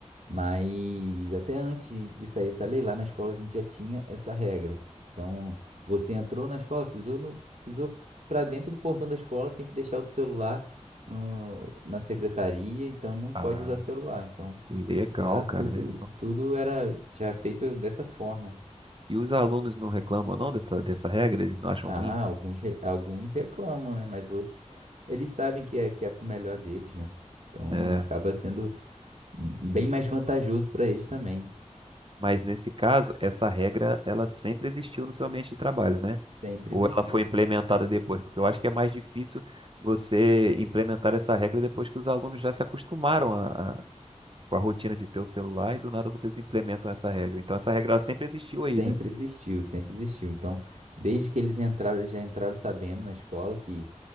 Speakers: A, on the right; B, on the right.
A: mas até antes de sair essa lei, lá na escola a gente já tinha essa regra. Então, você entrou na escola, pisou no, pisou para dentro do portão da escola, tem que deixar o celular no- na secretaria, então não pode
B: Ah,
A: usar celular. Então,
B: legal,
A: lá tudo,
B: cara, legal.
A: tudo era já feito dessa forma.
B: E os alunos não reclamam não dessa, dessa regra? Eles não acham
A: Ah,
B: ruim?
A: alguns, re- alguns reclamam, né? Mas outros, eles sabem que é, que é pro melhor deles, né? Então
B: É.
A: acaba sendo bem mais vantajoso para eles também.
B: Mas nesse caso, essa regra, ela sempre existiu no seu ambiente de trabalho, né?
A: Sempre
B: Ou
A: existiu.
B: ela foi implementada depois? Porque eu acho que é mais difícil você implementar essa regra depois que os alunos já se acostumaram a, a- com a rotina de ter o celular e do nada vocês implementam essa regra. Então essa regra ela sempre existiu
A: Sempre
B: aí, né?
A: existiu, sempre existiu. Então, desde que eles entraram, eles já entraram sabendo na escola que